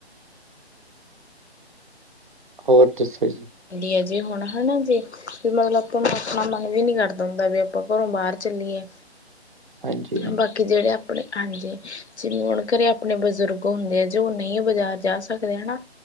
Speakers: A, on the right (about 50°); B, on the left (about 85°).
A: ਹੋਰ ਦੱਸੋ ਜੀ
B: ਦੀ ਆ ਜੇ ਹੁਣ ਹਨਾ ਜੇ ਵੀ ਮਤਲਬ ਆਪਾਂ ਨੂੰ ਆਪਣਾ ਮਨ ਵੀ ਨੀ ਕਰਦਾ ਹੁੰਦਾ ਵੀ ਆਪਾਂ ਘਰੋਂ ਬਾਹਰ ਚੱਲੀਏ
A: <unintelligible> ਹਾਂਜੀ
B: ਬਾਕੀ ਜਿਹੜੇ ਆਪਣੇ ਹਾਂਜੀ ਜਿਵੇਂ ਹੁਣ ਘਰੇ ਆਪਣੇ ਬਜ਼ੁਰਗ ਹੁੰਦੇ ਆ ਜੇ ਉਹ ਨਹੀਂ ਬਾਜ਼ਾਰ ਜਾ ਸਕਦੇ ਹਨਾ